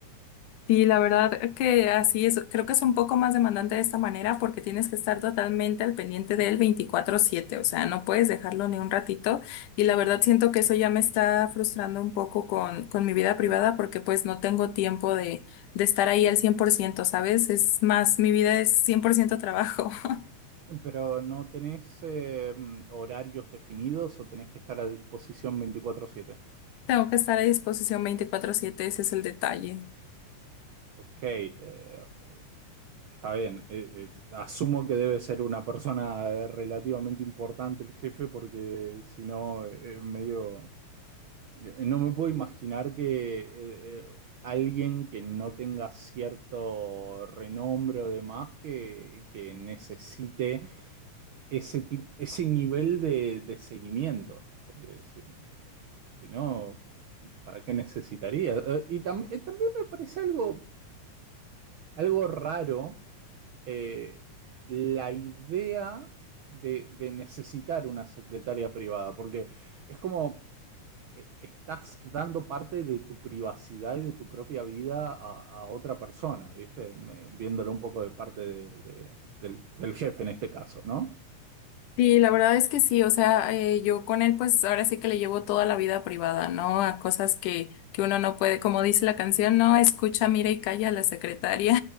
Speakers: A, on the left (about 85°); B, on the right (about 65°).
A: Sí, la verdad que así es. Creo que es un poco más demandante de esta manera porque tienes que estar totalmente al pendiente del veinticuatro siete. o sea, no puedes dejarlo ni un ratito. Y la verdad siento que eso ya me está frustrando un poco con, con mi vida privada porque pues no tengo tiempo de, de estar ahí al 100%, ¿sabes? Es más, mi vida es 100% trabajo. <laughs>
B: Pero ¿no tenés eh, horarios definidos o tenés que estar a disposición veinticuatro siete
A: Tengo que estar a disposición veinticuatro siete. ese es el detalle.
B: Ok, eh, Está bien, eh, eh, asumo que debe ser una persona relativamente importante el jefe porque si no, eh, medio... eh, No me puedo imaginar que eh, eh, alguien que no tenga cierto renombre o demás que, que necesite ese tip- ese nivel de, de seguimiento. Porque si, si no, ¿para qué necesitaría? Eh, y tam- eh, también me parece algo, algo raro eh, la idea de, de necesitar una secretaria privada, porque es como eh, estás dando parte de tu privacidad y de tu propia vida a, a otra persona, ¿viste? Me- viéndolo un poco de parte de- de- del, del jefe en este caso, ¿no?
A: Sí, la verdad es que sí, o sea, eh, yo con él pues ahora sí que le llevo toda la vida privada, ¿no? A cosas que, que uno no puede, como dice la canción, no escucha, mira y calla a la secretaria,